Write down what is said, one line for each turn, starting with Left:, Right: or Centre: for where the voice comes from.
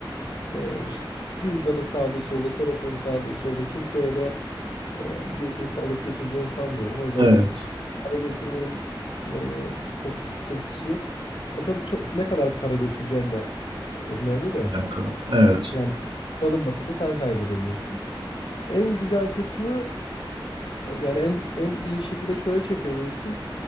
Left: e, işte cüzdanı sağda solda, telefonu sağda solda kimse öyle e, birisi alıp götüreceğini sanmıyorum. O yüzden
Right: Evet,
Left: para götürmenin e, çok bir sıkıntısı yok. E, tabii çok, ne kadar para götüreceğin de önemli de.
Right: bir dakika. Evet.
Left: Yani alınmasa da sen kaybedebilirsin. En güzel kısmı Yani en en iyi şekilde şöyle çekebilirsin.